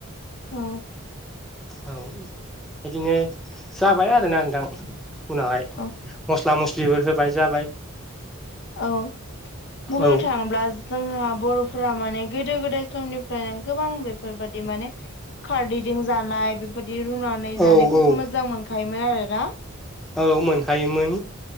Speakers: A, on the left; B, in the centre.
A: उम।
B: औ बिदिनो जाबाय आरोना नोंथां। उनावहाय
A: औ
B: मस्ला मस्लिबो होबाय जाबाय।
A: औ बुंनो
B: औ
A: थाङोब्ला जोंहा बर'फोरा माने गोदो गोदाय समनिफ्राय नो गोबां बेफोरबायादि माने खारदैजों जानाय बेफोर बिदि रुनानै जानायफोरखौ
B: औ औ
A: मोजां मोनखायोमोन आरोना।
B: औ मोनखायोमोन।